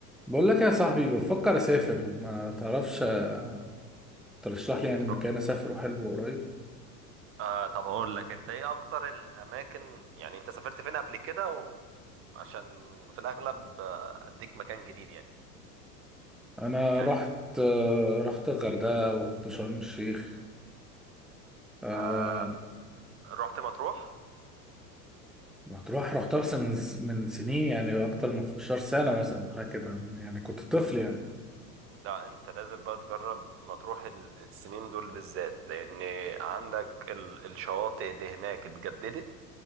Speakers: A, in the centre; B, on the right (about 25°).
A: بقول لك يا صاحبي بفكر اسافر ما تعرفش آه، ترشح لي يعني
B: ترو...
A: مكان اسافره حلو قريب
B: آه طب هقول لك انت ايه اكتر الاماكن يعني انت سافرت فين قبل كده و... عشان في الاغلب آه، اديك مكان جديد يعني
A: انا
B: يعني
A: رحت آه، رحت الغردقه ورحت شرم الشيخ آه،
B: آه رحت مطروح
A: مطروح رحتها بس من ز- من سنين يعني اكتر من 15 سنه مثلا حاجه كده يعني كنت طفل يعني
B: لا انت لازم بقى تجرب مطروح ال- السنين دول بالذات لان عندك ال... الشواطئ اللي هناك اتجددت